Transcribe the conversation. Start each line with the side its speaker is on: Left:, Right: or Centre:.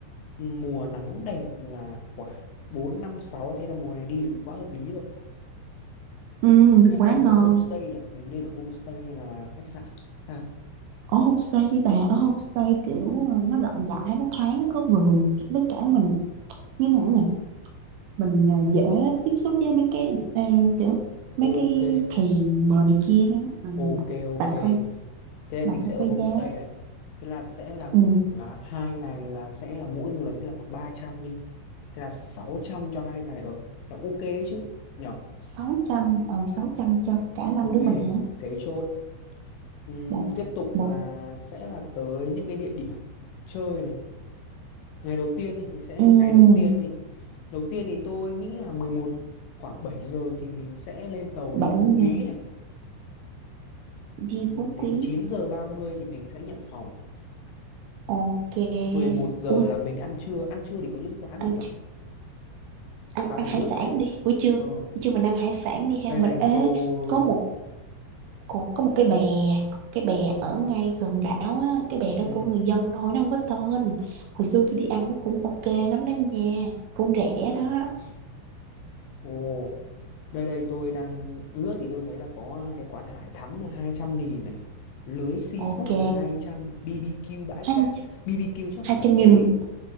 Left: mùa nắng đẹp là khoảng 4 5 sáu thế là mùa này đi là đủ quá hợp lý rồi
Right: ừ,
Left: hay
Right: quá
Left: là mình
Right: ngon
Left: ở homestay nhỉ mình nên ở homestay hay là khách sạn ta
Right: ở homestay đi bà ở homestay kiểu ờ, nó rộng rãi nó thoáng nó có vườn với cả mình như nào nhỉ mình ờ, dễ tiếp xúc với mấy cái ờ, kiểu mấy
Left: ok
Right: cái thuyền bờ này kia đó ừ.
Left: ok ok
Right: bà coi
Left: thế
Right: bà
Left: mình sẽ
Right: coi
Left: ở
Right: coi
Left: homestay
Right: giá
Left: này thế là sẽ là
Right: ừ,
Left: khoảng là hai ngày là sẽ là mỗi người sẽ là khoảng 300 đi thế là 600 cho hai ngày ở là ok ấy chứ nhỉ
Right: sáu trăm ờ, 600 cho cả năm
Left: ok
Right: đứa mình hả
Left: thế chốt Ừm,
Right: một
Left: tiếp tục
Right: một
Left: là sẽ là tới những cái địa điểm chơi này ngày đầu tiên thì mình sẽ
Right: ừ,
Left: ngày đầu tiên thì đầu tiên thì tôi nghĩ là mười một khoảng 7 giờ thì mình sẽ lên tàu
Right: 7
Left: đi
Right: giờ
Left: Phú Quý này
Right: Di
Left: Ừ,
Right: Phú
Left: đến
Right: Quý
Left: 9 giờ 30 thì mình sẽ nhận phòng
Right: ok
Left: 11 giờ
Right: ui
Left: là mình ăn trưa ăn trưa thì có những quán gì
Right: ăn
Left: nhở
Right: ăn
Left: bà
Right: ăn
Left: thử
Right: hải
Left: lướt
Right: sản
Left: xem
Right: đi buổi trưa
Left: ờ
Right: buổi trưa mình ăn hải sản đi
Left: đây
Right: ha mình
Left: đây
Right: ế
Left: tôi
Right: có một có, có một cái bè có một cái bè ở ngay gần đảo á cái bè đó
Left: ừ
Right: của người dân thôi nó không có tên hồi xưa tôi đi ăn nó cũng ok lắm đó nha cũng rẻ đó
Left: ồ đây đây tôi đang lướt thì tôi thấy là có cái quán hải thắm là 200 nghìn này lưới seafood
Right: ok
Left: là 200 BBQ bãi cát
Right: hai
Left: BBQ chắc
Right: hai
Left: phải để
Right: trăm nghìn
Left: tối